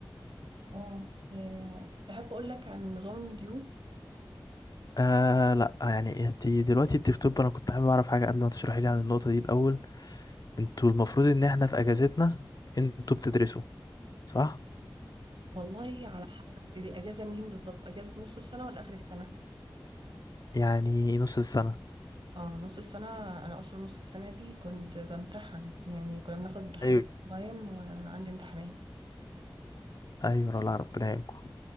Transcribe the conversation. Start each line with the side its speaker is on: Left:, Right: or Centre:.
Right: اه آه، تحب اقول لك عن نظام المديول
Left: آه لا يعني انت دلوقتي انت في طب انا كنت حابب اعرف حاجة قبل ما تشرحي لي عن النقطة دي الاول انتوا المفروض ان احنا في اجازتنا انتوا بتدرسوا صح
Right: والله على حسب الاجازة منين بالظبط اجازة نص السنة ولا اخر السنة
Left: يعني نص السنة
Right: اه نص السنة أنا أصلا نص السنة دي كنت بمتحن يعني كنا بناخد حاجات
Left: ايوه
Right: أونلاين وعندي امتحانات
Left: أيوة الله ربنا يعينكم